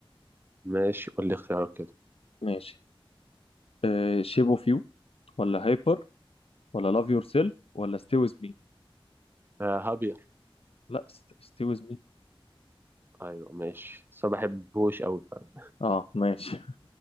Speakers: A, on the right; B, on the left.
A: ماشي قول لي اختيارك كده
B: ماشي آه شيب اوف يو ولا هايبر ولا لاف يور سيلف ولا ستي ويز مي
A: آه هابير
B: لا ستي ويز مي
A: ايوه ماشي بس ما بحبهوش قوي فاهم
B: اه ماشي